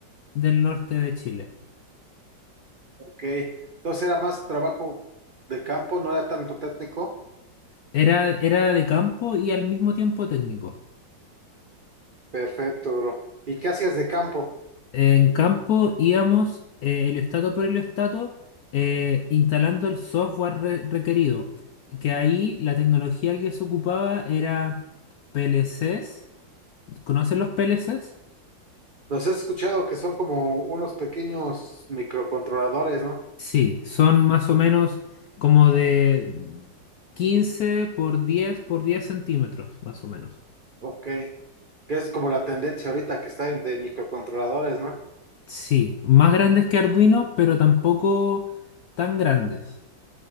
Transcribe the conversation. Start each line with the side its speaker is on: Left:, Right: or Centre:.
Left: del norte de Chile.
Right: Ok, entonces era más trabajo de campo, no era tanto técnico.
Left: Era, era de campo y al mismo tiempo técnico.
Right: Perfecto, bro. ¿Y qué hacías de campo?
Left: En campo íbamos eh, heliostato por heliostato eh, instalando el software re- requerido, que ahí la tecnología que se ocupaba era PLCs ¿Conocen los PLCs?
Right: Los he escuchado que son como unos pequeños microcontroladores, ¿no?
Left: Sí, son más o menos como de 15 por 10 por 10 centímetros, más o menos.
Right: Ok. Que es como la tendencia ahorita que está en- de microcontroladores, ¿no?
Left: Sí, más grandes que Arduino, pero tampoco tan grandes.